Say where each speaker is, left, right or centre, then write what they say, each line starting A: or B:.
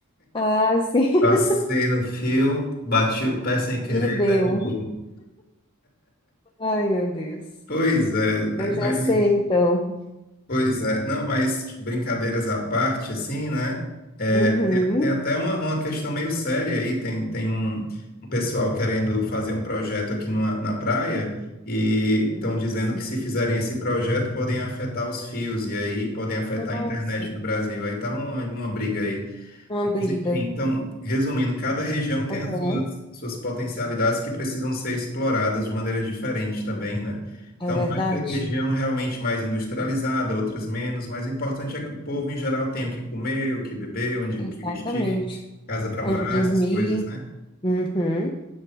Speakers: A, on the left; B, on the left.
A: Ah, sim. <laughs>
B: Passei no fio, bati o pé sem querer,
A: E deu.
B: derrubei.
A: Ai, meu Deus.
B: Pois é, né?
A: Eu
B: Mas
A: já sei, então.
B: Pois é, não, mas brincadeiras à parte, assim, né? É,
A: Uhum.
B: tem, tem até uma, uma questão meio séria aí. Tem, tem um, um pessoal querendo fazer um projeto aqui numa- na praia e estão
A: Nossa.
B: dizendo que se fizerem esse projeto podem afetar os fios e aí podem afetar
A: Nossa.
B: a internet do Brasil. Aí tá uma, uma briga aí.
A: Uma briga.
B: Mas, Enfim, então, resumindo, cada região tem
A: Aham.
B: as suas, suas potencialidades que precisam ser exploradas de maneira diferente também, né? Então,
A: É verdade?
B: vai ter região realmente mais industrializada, outras menos, mas o importante é que o povo, em geral, tenha o que comer, o que beber, onde,
A: Exatamente.
B: o que vestir, casa para
A: Onde
B: morar,
A: dormir.
B: essas coisas, né?
A: Uhum.